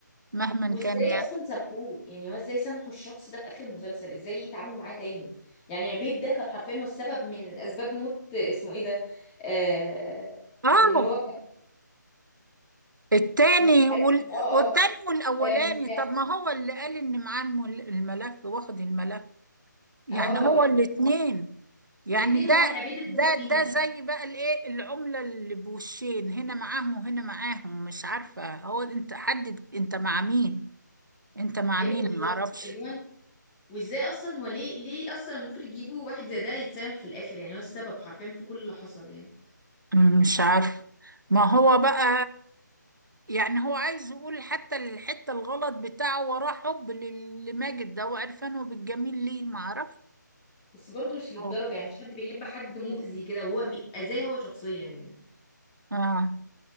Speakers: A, on the right; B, on the left.
A: مهما
B: وازاي
A: كان يعني
B: اصلا سامحوه يعني هو ازاي سامحوا الشخص ده في اخر المسلسل ازاي يتعاملوا معاه تاني يعني عبيد ده كان حرفيا هو السبب من اسباب موت اسمه ايه ده آه
A: اه
B: اللي هو
A: التاني
B: اسمه كان
A: وال...
B: اه
A: والتاني
B: اه
A: والاولاني
B: آه، مفتاح
A: طب ما هو اللي قال ان معاه الم- الملف واخد الملف يعني
B: اه
A: هو
B: اللي
A: الاتنين
B: هو-
A: يعني
B: الاتنين
A: ده
B: هو عبيد السبب
A: ده ده
B: فيهم
A: زي بقى الايه العملة اللي بوشين هنا معاهم وهنا معاهم مش عارفة هو انت حدد انت مع مين انت مع
B: ايوه
A: مين
B: بالظبط
A: معرفش
B: اللي هو أنت- وازاي اصلا هو ليه ليه اصلا المخرج يجيبه واحد زي ده يتسامح في الاخر يعني هو السبب حرفيا في كل اللي حصل يعني
A: مم، مش عارفة ما هو بقى يعني هو عايز يقول حتى الحتة الغلط بتاعه وراه حب لل- لماجد ده وعرفانه بالجميل ليه معرفش
B: بس برضه مش للدرجة
A: اه
B: يعني مش حد بيحب حد مؤذي كده وهو بي- اذاه هو شخصيا يعني
A: آه.